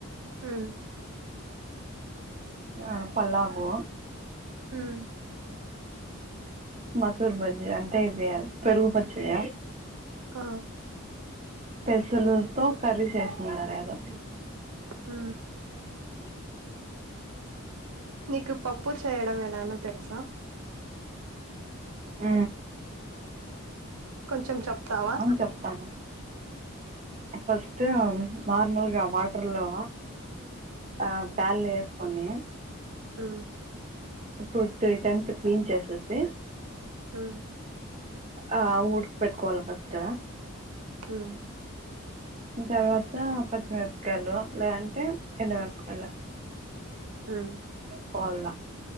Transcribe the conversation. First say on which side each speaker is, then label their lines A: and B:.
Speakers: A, on the right; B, on the right.
A: ఉమ్.
B: ఆ పల్లాగు.
A: ఉమ్.
B: మసూర్ బజ్జి. అంటే ఇవి పెరుగు పచ్చయ.
A: ఆ
B: పెసల్తో చేస్తున్నారు ఏదో
A: అ నీకు పప్పు చేయడం ఎలానో తెలుసా
B: అ
A: కొంచెం చెప్తావా
B: చెప్తాను ఫస్ట్ నార్మల్గా వాటర్ లో ఆ బౌల్లో వేస్ కొన్ని
A: um
B: two three times clean చేసేసి
A: ఉమ్
B: ఆ ఊడ్కి పెట్టుకోవాలి ఫస్ట్
A: ఉమ్
B: తర్వాత పచ్చిమిరపకాయలు లేదంటే ఎండుమిరపకాయలు
A: ఉమ్
B: కోవాలా